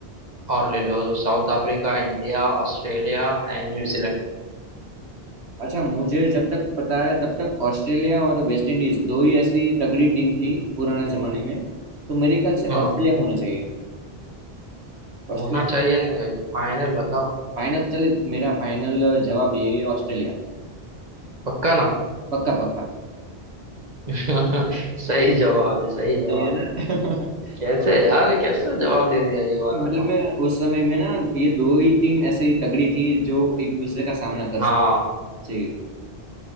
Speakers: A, on the right; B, on the right.
A: और ले लो South Africa India Australia and New Zealand
B: अच्छा मुझे जब तक पता है तब तक ऑस्ट्रेलिया और वेस्ट इंडीज दो ही ऐसी तगड़ी टीम थी पुराने जमाने में तो मेरे ख्याल से
A: हाँ
B: ऑस्ट्रेलिया होना चाहिए
A: होना
B: ऑस्ट्रेलिया
A: चाहिए नहीं भाई फाइनल बताओ
B: फाइनल चले मेरा फाइनल जवाब यही है ऑस्ट्रेलिया
A: पक्का ना
B: पक्का पक्का
A: <laughs> सही जवाब है सही जवाब
B: सही है ना
A: है
B: <laughs>
A: कैसे यार ये कैसे जवाब दे दिया ये वाला
B: मतलब
A: तो
B: मैं उस समय में ना ये दो ही टीम ऐसी तगड़ी थी जो एक दूसरे का सामना कर
A: हाँ
B: सकती जी